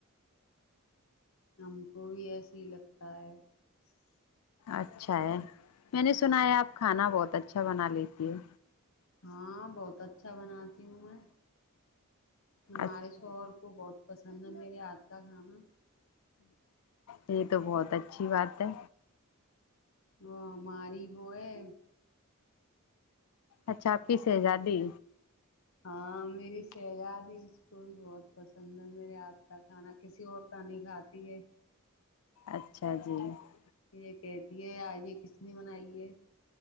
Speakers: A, on the left (about 60°); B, on the left (about 85°).
A: ہم کو بھی ایسے ہی لگتا ہے <unintelligible>
B: اچھا ہے میں نے سنا ہے آپ کھانا بہت اچھا بنا لیتی ہو
A: ہاں بہت اچھا بناتی ہوں میں ہمارے
B: اچھا
A: شور کو بہت پسند ہے میرے ہاتھ کا کھانا <unintelligible>
B: یہ تو بہت اچھی بات ہے
A: ہ ماری بو ہے
B: اچھا آپیس ہےزادی
A: ہاں میری سیاد ہی اس کو ہی بہت پسند ہے میرے ہاتھ کا کھانا کسی اور کا نہیں کھاتی ہے
B: اچھا جی <unintelligible>
A: یہ کہتی ہے آج یہ کس نے بنائی ہے